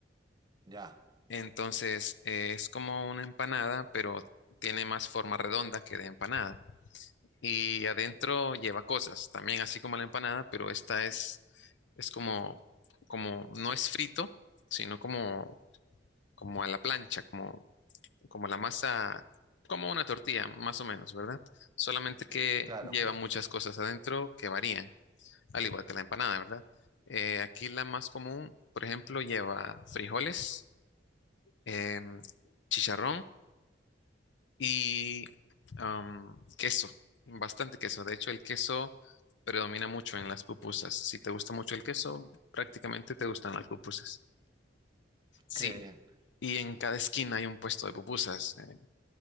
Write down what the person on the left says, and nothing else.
Entonces, eh, es como una empanada, pero tiene más forma redonda que de empanada. Y adentro lleva cosas, también así como la empanada, pero esta es, es como, como, no es frito, sino como, como a la plancha, como, como la masa, como una tortilla, más o menos, ¿verdad? Solamente que
lleva muchas cosas adentro que varían. al igual que la empanada, ¿verdad? Eh, aquí la más común, por ejemplo, lleva frijoles, em, chicharrón y am, queso, bastante queso. De hecho, el queso predomina mucho en las pupusas. Si te gusta mucho el queso, prácticamente te gustan las pupusas. Sí,
y en cada esquina hay un puesto de pupusas. eh,